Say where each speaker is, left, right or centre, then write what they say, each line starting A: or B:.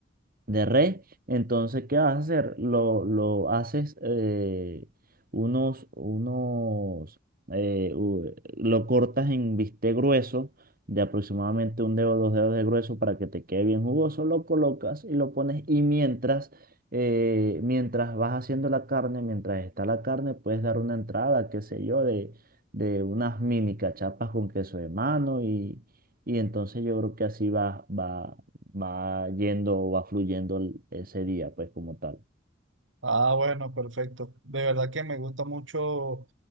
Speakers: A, on the right (about 50°); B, on the right (about 80°).
A: de res. Entonces, ¿qué vas a hacer? Lo, lo haces eh, unos, unos, eh, u- lo cortas en bistec grueso de aproximadamente un dedo, dos dedos de grueso para que te quede bien jugoso, lo colocas y lo pones y mientras, eh, mientras vas haciendo la carne, mientras está la carne, puedes dar una entrada, qué sé yo, de, de unas mini cachapas con queso de mano y, y entonces yo creo que así va, va, va yendo o va fluyendo el- ese día, pues como tal.
B: Ah, bueno, perfecto. De verdad que me gusta mucho